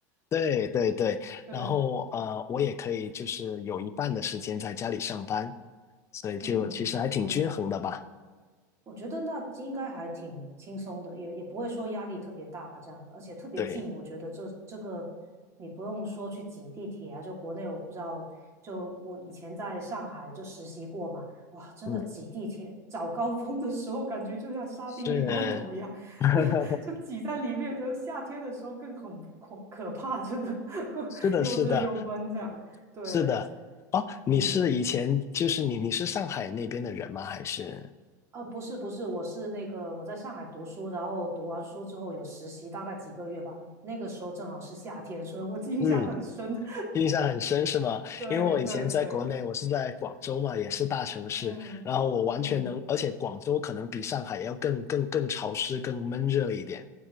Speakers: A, on the left; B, on the right.
A: 对对对，
B: <laughs>
A: 然后呃，
B: 对，
A: 我也可以就是有一半的时间在家里上班，所以就其实还挺均衡的吧。
B: 嗯嗯。我觉得那应该还挺轻松的，也也不会说压力特别大这样，而且特别近。
A: 对，
B: 我觉得这这个你不用说去挤地铁啊，就国内我不知道，就我以前在上海就实习过嘛，哇，真的挤地铁，
A: 嗯，
B: 早高峰的时候感觉就像沙丁鱼罐头一样，
A: 是，<laughs>
B: <laughs> 就挤在里面。然后夏天的时候更恐恐可怕，真的 <laughs>
A: 是的，
B: 又热又闷这样。
A: 是的，
B: 对，
A: 是的。哦，
B: 嗯。
A: 你是以前就是你你是上海那边的人吗？还是
B: 呃，不是不是，我是那个我在上海读书，然后读完书之后有实习，大概几个月吧。那个时候正好是夏天，所以我 <laughs> 印象很深。
A: 嗯，
B: <laughs>
A: 印象很深是吗？
B: 对对对，
A: 因为我以前在国内，我是在广州嘛，也是大城市，
B: 嗯嗯，
A: 然后我完全能，而且广州可能比上海要更更更潮湿、更闷热一点。